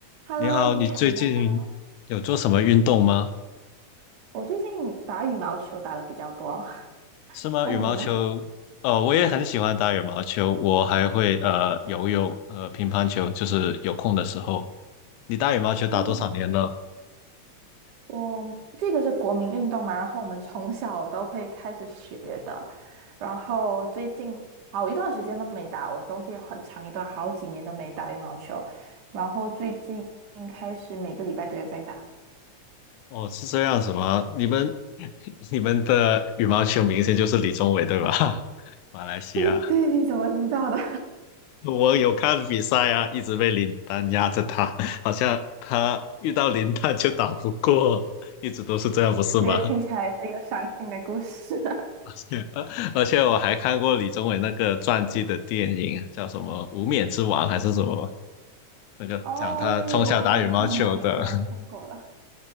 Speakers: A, on the right (about 80°); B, on the left (about 90°).
A: Hello，
B: 你好，
A: 你好呀。
B: 你最近有做什么运动吗？
A: 我最近打羽毛球打的比较多，<laughs>
B: 是吗？
A: 那你呢？
B: 羽毛球，呃，我也很喜欢打羽毛球，我还会呃游泳，呃乒乓球，就是有空的时候。你打羽毛球打多少年了？
A: 哦，我这个是国民运动嘛，然后我们从小都会开始学的，然后最近好一段时间都没打，我中间很长一段好几年都没打羽毛球，然后最近开始每个礼拜都有在打。
B: 哦，是这样子吗？你们 <laughs> 你们的羽毛球明星就是李宗伟对吧？<laughs> 马来西亚，
A: <laughs> 对对，你怎么知道的？
B: 我有看比赛啊，一直被林丹压着打，好像他遇到林丹就打不过，一直都是这样，
A: <laughs>
B: 不是吗？
A: 这个听起来是一个伤心的故事。<laughs>
B: <laughs> 而且我还看过李宗伟那个传记的电影，叫什么《无冕之王》还是什么？那个讲他从小打羽毛球的。
A: 哦，那个我都没看过，你竟然看过了。
B: <laughs>